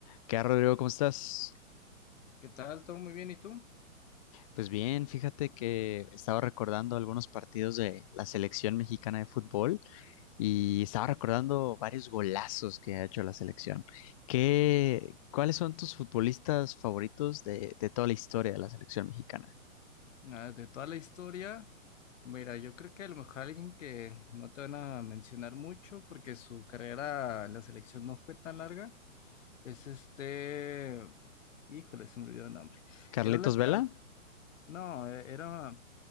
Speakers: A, on the left; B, on the left.
A: ¿Qué tal, Rodrigo? ¿Cómo estás?
B: ¿Qué tal? ¿Todo muy bien? ¿Y tú?
A: Pues bien, fíjate que estaba recordando algunos partidos de la selección mexicana de fútbol y estaba recordando varios golazos que ha hecho la selección. ¿Qué, cuáles son tus futbolistas favoritos de, de toda la historia de la selección mexicana?
B: Ah, de toda la historia, mira, yo creo que a lo mejor alguien que no te van a mencionar mucho porque su carrera en la selección no fue tan larga, es este, híjole, se me olvidó el nombre.
A: ¿Carletos
B: Era un lateral,
A: Vela?
B: no, e- era,